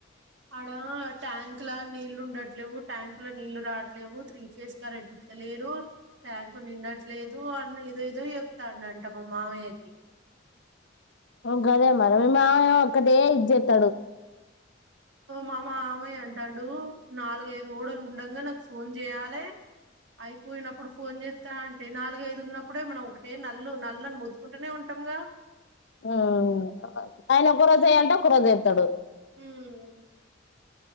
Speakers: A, on the right; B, on the left.
A: అడ ట్యాంక్ లా నీళ్లు ఉండట్లేవు ట్యాంకు లో నీళ్ళు రాట్లేవు త్రీ ఫేస్ కరెంట్ ఇత్తలేరు ట్యాంకు నిండట్లేదు అని ఏదో ఏదో చెప్తానంట మా మావయ్యకి
B: గదే మరి మీ మావ ఏమో ఒక్కటే ఇది చేస్తాడు
A: మా మామాయ్యా అంటే రెండు నాలుగైదు ఓడలు ఉండగా నాకు ఫోన్ చేయాలే అయిపోయినప్పుడు ఫోన్ చేత్తా అంటే నాలుగైదు ఉన్నప్పుడే మనం ఒకటే నల్లు నల్లని మొతుకుంటనే ఉంటాం కదా
B: హ్మ్ ఆయన ఒక రోజు ఎయ్యంటే ఒక రోజు ఎస్తాడు
A: ఉం